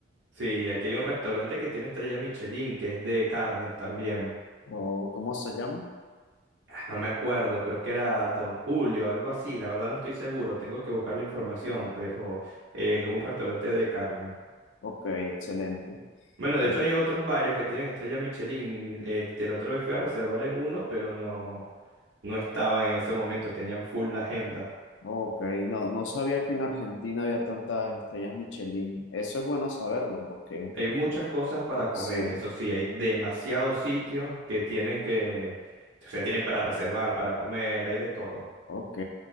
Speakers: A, on the right; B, on the left.
A: Sí, aquí hay un restaurante que tiene estrella Michelin, que es de carnes también.
B: ¿O cómo se llama?
A: Ah, No me acuerdo, creo que era Don Julio, algo así. La verdad no estoy seguro, tengo que buscar la información, pero eh, es un restaurante de carne.
B: Ok, excelente.
A: Bueno, de
B: Eh,
A: hecho hay otros varios que tienen estrella Michelin. Este, la otra vez fui a reservar en uno, pero no, no estaban en ese momento, tenían full la agenda.
B: ok, no, no sabía que en Argentina había tantas estrellas Michelin. Eso es bueno saberlo porque
A: Hay muchas cosas para comer,
B: sí,
A: eso sí, hay demasiados sitios que tienen que, o sea, tienen para reservar, para comer, hay de todo.
B: ok.